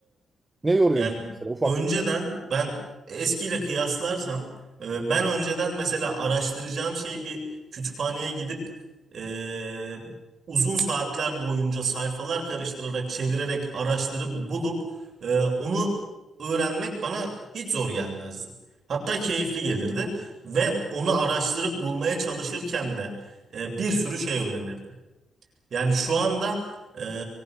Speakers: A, on the right; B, on the right.
A: ne yoruyor
B: Yani
A: bizi mesela ufak
B: önceden
A: bir olay?
B: ben eskiyle kıyaslarsam e, ben önceden mesela araştıracağım şeyi bir kütüphaneye gidip e, uzun saatler boyunca sayfalar karıştırarak, çevirerek, araştırıp bulup e, onu öğrenmek bana hiç zor gelmezdi. Hatta keyifli gelirdi ve onu araştırıp bulmaya çalışırken de e, bir sürü şey öğrenirdim. Yani şu anda e,